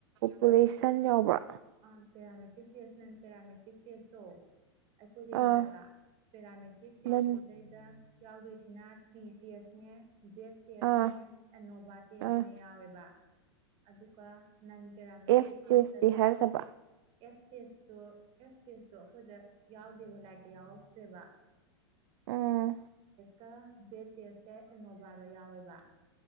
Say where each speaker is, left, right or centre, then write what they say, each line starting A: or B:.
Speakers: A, on the right; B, on the right.
A: ꯇꯔꯦꯁꯟ ꯌꯥꯎꯕ꯭ꯔꯥ?
B: ꯑ ꯄꯦꯔꯥꯃꯦꯇ꯭ꯔꯤ ꯇꯦꯁ ꯅ ꯄꯦꯔꯥꯃꯦꯇ꯭ꯛ ꯇꯁꯇꯣ ꯑꯩꯈꯣꯏꯗ
A: ꯑꯥ
B: ꯌꯥꯎꯋꯦꯕ ꯄꯦꯔꯥꯃꯦꯇ꯭ꯔꯤꯛ ꯇꯦꯁ
A: ꯅꯟ
B: ꯁꯤꯗꯩꯗ ꯌꯥꯎꯗꯣꯏꯁꯤꯅ ꯇꯤ ꯇꯦꯁꯅꯦ ꯖꯦꯠ ꯇꯦꯁꯅꯦ,
A: ꯑꯥ
B: ꯑꯦꯅꯣꯚ ꯇꯦꯁꯅꯦ
A: ꯑꯥ
B: ꯌꯥꯎꯋꯦꯕ꯫ ꯑꯗꯨꯒ ꯅꯟ ꯄꯦꯔꯥꯃꯦꯇ꯭ꯔꯤꯛ
A: ꯑꯦꯐ ꯇꯦꯁꯇꯤ
B: ꯇꯦ ꯅ
A: ꯍꯥꯏꯔꯛꯇꯕ
B: ꯑꯦꯐ ꯇꯦꯁꯇꯣ ꯑꯦꯐ ꯇꯦꯁꯇ꯭ꯣ ꯑꯩꯈꯣꯏꯗ ꯌꯥꯎꯗꯦꯕ ꯂꯥꯏꯔꯤꯛꯇ ꯌꯥꯎꯔꯛꯇ꯭ꯔꯦꯕ꯫
A: ꯎꯝ
B: ꯀ ꯖꯦꯠ ꯇꯦꯁꯀ ꯑꯦꯅꯣꯚꯒ ꯌꯥꯎꯋꯦꯕ